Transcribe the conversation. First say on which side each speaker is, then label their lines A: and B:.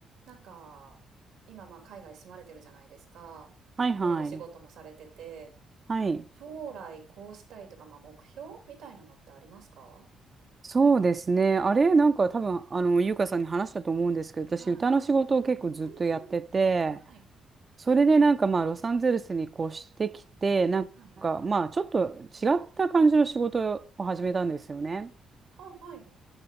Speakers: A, on the right; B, on the right.
A: なんか今まあ海外住まれてるじゃないですか。
B: はいはい。
A: で、お仕事もされてて、
B: はい。
A: 将来こうしたいとか、まあ、目標みたいなのってありますか
B: そうですね。あれ、なんか多分、あの、ゆうかさんに話したと思うんですけど、
A: はい。
B: 私、歌の仕事を結構ずっとやってて、
A: うんうん。はい。
B: それでなんかまあ、ロサンゼルスに越してきて、なんかまあ、
A: はい。
B: ちょっと違った感じの仕事を始めたんですよね。
A: あ、はい。